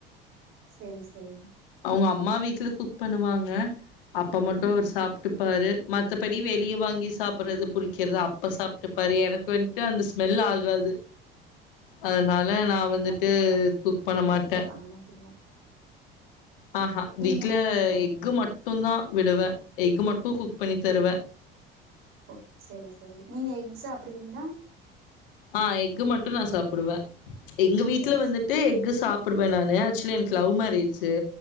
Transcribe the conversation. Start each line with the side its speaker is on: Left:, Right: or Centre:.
Right: சேரி சேரி
Left: உங்க அம்மா வீட்டுல குக் பண்ணுவாங்க அப்போ மட்டும்
Right: ம்
Left: அவர் சாப்ட்டு பாரு மத்தப்படி வெளியே வாங்கி சாப்புட்றது புடிக்கறது அப்ப சாப்ட்டு பாரு எனக்கு வந்துட்டு அந்த ஸ்மெல் ஆகாது அதனால நா வந்துட்டு
Right: அப்டி
Left: குக் பண்ண மாட்டே
Right: வீட்ல பண்ண மாட்டீங்க
Left: ஆ ஹா
Right: நீங்க
Left: வீட்டுல
Right: ஓ
Left: எக் மட் மட்டும் தா விடுவே எக் மட்டும் குக் பண்ணி தருவே
Right: ஓ செரி சேரி நீங்க எக் சாப்புடுவீங்களா
Left: ஆஹ் எக்கு மட்டு நா சாப்புடுவே எங்க வீட்டுல
Right: செரி
Left: வந்துட்டு
Right: செரி
Left: எக்கு சாப் சாப்புடுவே நானு ஆக்சுவலி எனக்கு லவ் மேரஜ்